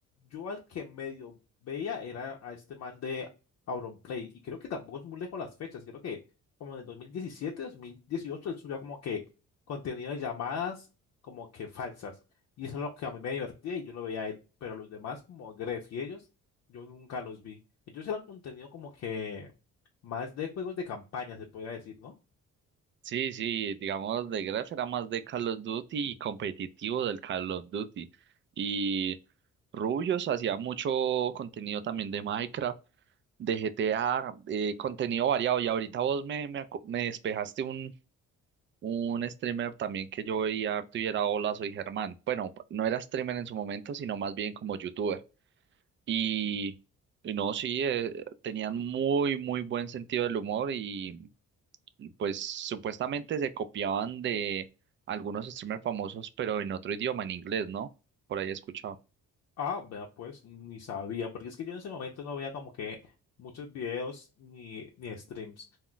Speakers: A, on the left (about 55°); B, on the right (about 40°).
A: yo al que medio veía era a este man de Auronplay, y creo que tampoco es muy lejos las fechas, creo que como en el 2017, 2018, él subió como que contenido de llamadas como que falsas. Y eso es lo que a mí me divertía y yo lo veía a él, pero los demás como Gref y ellos, yo nunca los vi. Ellos eran contenido como que más de juegos de campaña, se podría decir, ¿no?
B: Sí, sí, digamos, de Gref era más de Call of Duty y competitivo del Call of Duty. Y Rubius hacía mucho contenido también de Minecraft. de GTA, eh, contenido variado. Y ahorita vos me, me, aco- me despejaste un, un streamer también que yo veía harto y era Hola, soy Germán. Bueno, no era streamer en su momento, sino más bien como youtuber. Y, y no, sí, eh, tenían muy, muy buen sentido del humor y y pues supuestamente se copiaban de algunos streamers famosos, pero en otro idioma, en inglés, ¿no? Por ahí he escuchado.
A: Ah, vea, pues ni sabía, porque es que yo en ese momento no veía como que muchos videos ni, ni streams.